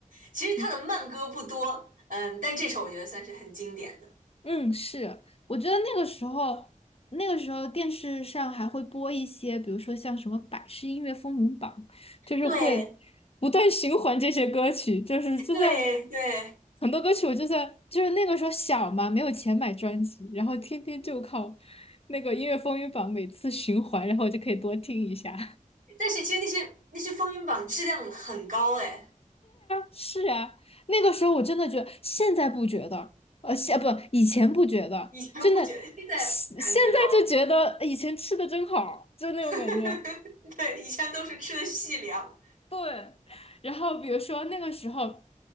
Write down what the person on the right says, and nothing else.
其实他的慢歌不多，
嗯，但这首我觉得算是很经典的。
对
对对，
但是其实那些那些风云榜质量很高哎，
以前不觉得，
现在感觉到了。
<laughs> 对，以前都是吃的细粮。